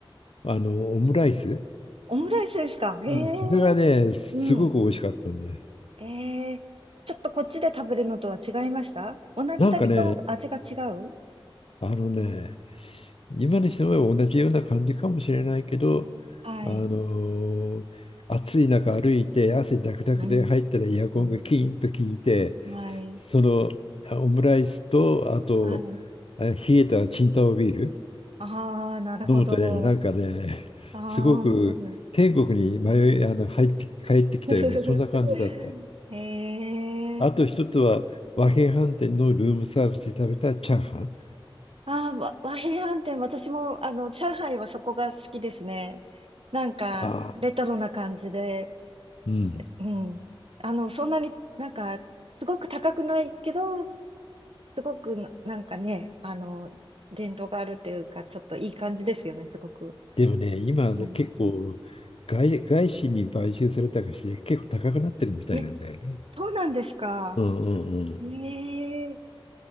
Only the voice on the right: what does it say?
オムライスですかへえ、
うん。ええ、ちょっとこっちで食べるのとは違いました同じだけど味が違う
はい。
うーん。はい、
はい。
ああ、なるほど。
ああ、
<laughs> ふふふ。
ええ
ああ、わ和平飯店、私も、あの、上海はそこが好きですね。なんか、
レトロな感じで、
うん。あの、そんなになんか、すごく高くないけど、すごくな、なんかね、あの、伝統があるっていうか、ちょっといい感じですよね、すごく。
うん。
え、そうなんですか。
ええ